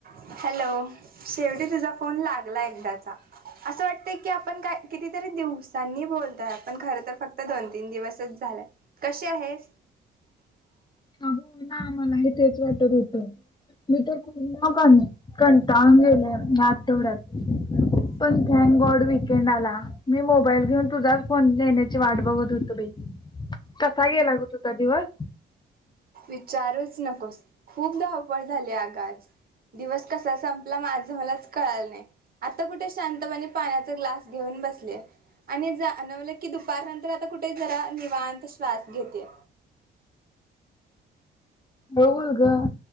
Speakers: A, on the right (about 50°); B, on the left (about 20°).
A: Hello सेवटी तिजा phone लागला एकदाचा असं वाटतय की आपण काय कितीतरी दिवसांनी बोलतोय आपण खर तर फक्त दोन तीन दिवसच झालंय कशी आहेस?
B: अहो ना मलाही तेच वाटत होत, मी तर पुन्हा कन कंटाळून गेले आठवड्यात पण थँक गॉड वीकेंड आला मी मोबाईल घेऊन तुझाच फोन नेण्याची वाट बघत होतो बाई, कसा गेला ग तुझा दिवस?
A: विचारूच नकोस खूप धावपळ झाली आगाज, दिवस कसा संपला माझं मलाच कळालं नाही आता कुठे शांतपणे पाण्याचा ग्लास घेऊन बसले आणि जानवलं की दुपार नंतर आता कुठे जरा निवांत श्वास घेते.
B: बऊल ग